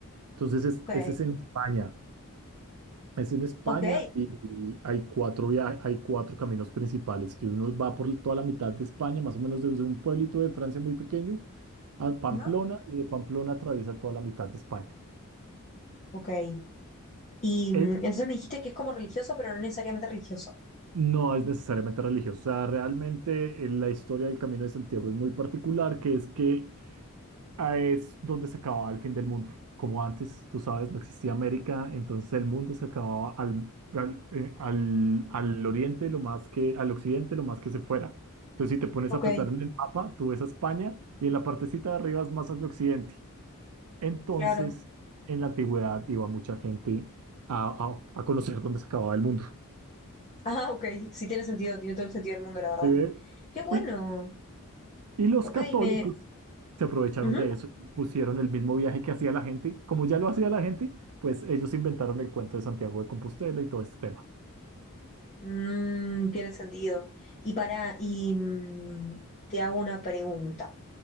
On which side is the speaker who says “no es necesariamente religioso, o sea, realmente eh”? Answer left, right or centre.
Right